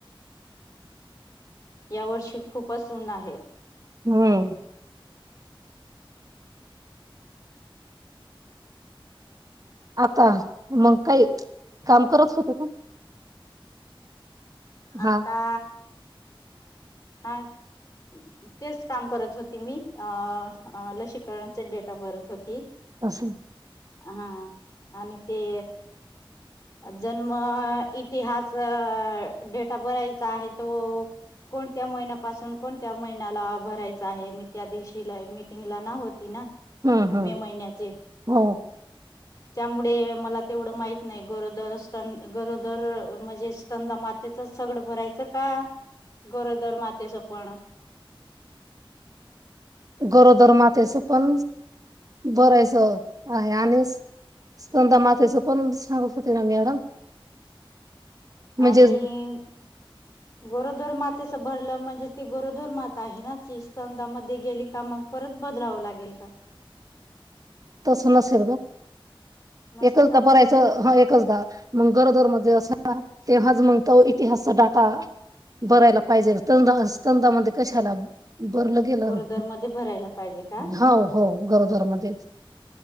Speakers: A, on the left; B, on the right.
A: यावर्षी खूपच ऊन आहे.
B: हम्म आता, मग काही काम करत होते का?
A: आता
B: हा
A: हा तेच काम करत होती मी अ लसीकरणाचे डेट ऑफ भरत होती
B: असंल
A: हा आणि ते. जन्म इतिहास डेटा भरायचा आहे तो कोणत्या महिन्यापासून कोणत्या महिन्याला भरायचा आहे मी त्या दिवशी मीटिंगला ना हो. ति ना
B: हं, हं.
A: मे महिन्याचे.
B: हो.
A: त्यामुळे मला तेवढं माहित नाही. गरोदर स्त गरोदर म्हणजे स्तनदा मातेच सगडं भरायचं का गरोदर मातेचं पण.
B: गरोदर मातेच पण भरायच आहे आणि स्तनदा मातेच पण सांगत होते ना मॅडम. म्हणजे.
A: आणि गरोदर मा भरलं म्हणजे ती गरोदर माता आहे ना ती स्तनदा मध्ये गेली का मग परत बदलावं लागेल का?
B: तस ना सरबत.
A: नसतं
B: एकचदा
A: का
B: भरायच ह एकचदा मग गरोदर मध्ये अस. तेव्हाच मग तो इतिहासचा डाटा भरायला पाहिजे स्तनदा मध्ये कशाला? भरलं गेलं
A: गरोदर मध्ये भरायला पाहिजे का
B: हो हो घरोदर मध्येच